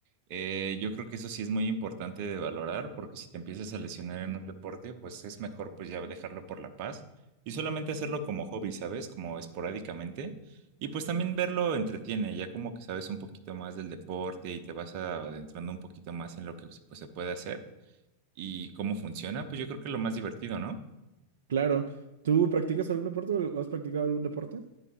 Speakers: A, on the right (about 45°); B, on the right (about 60°).
A: eh, yo creo que eso sí es muy importante de valorar, porque si te empiezas a lesionar en un deporte, pues es mejor pues ya dejarlo por la paz y solamente hacerlo como hobby, ¿sabes? Como esporádicamente y pues también verlo entretiene, ya como que sabes un poquito más del deporte y te vas adentrando un poquito más en lo que se- pues, se puede hacer y cómo funciona, pues yo creo que es lo más divertido, ¿no?
B: Claro. ¿Tú practicas algún deporte o has practicado algún deporte?